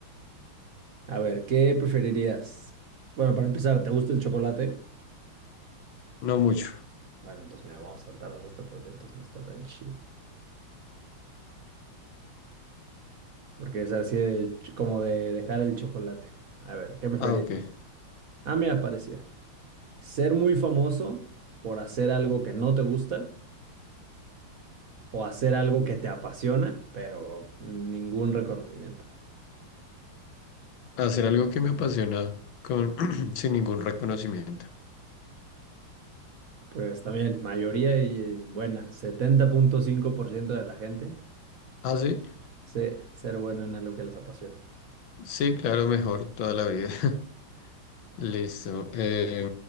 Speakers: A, on the right (about 50°); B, on the left (about 70°).
A: A ver, ¿qué preferirías? Bueno, para empezar, ¿te gusta el chocolate?
B: no mucho.
A: Bueno, entonces mira, vamos a saltarnos esta porque entonces no está tan chido. Porque es así de ch- como de dejar el chocolate. A ver, ¿qué preferirías?
B: Ah, ok.
A: Ah, mira, parecida. ¿Ser muy famoso por hacer algo que no te gusta o hacer algo que te apasiona, pero ningún reconocimiento?
B: Hacer algo que me apasiona con <clears throat> sin ningún reconocimiento.
A: Pues también, mayoría y eh, buena, setenta punto cinco por ciento de la gente.
B: Ah, sí.
A: Sí, ser bueno en algo que les apasiona.
B: Sí, claro, mejor toda la vida. <laughs> Listo. Eh,